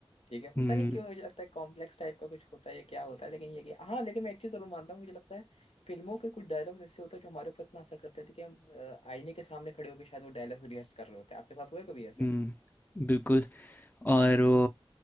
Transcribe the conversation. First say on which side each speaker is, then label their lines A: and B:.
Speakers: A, on the left; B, on the left.
A: ठीक है पता
B: हम्म
A: नहीं क्यों मुझे लगता है कॉम्प्लेक्स टाइप का कुछ होता है या क्या होता है लेकिन ये कि हाँ लेकिन मैं एक चीज जरूर मानता हूँ मुझे लगता है फिल्मों के कुछ डायलॉग्स ऐसे होते हैं जो हमारे ऊपर इतना असर करते थे कि हम अ, आईने के सामने खड़े होकर शायद वो डायलॉग्स रिहर्स कर रहे होते हैं आपके साथ हुआ है कभी ऐसा
B: हम्म बिल्कुल और वो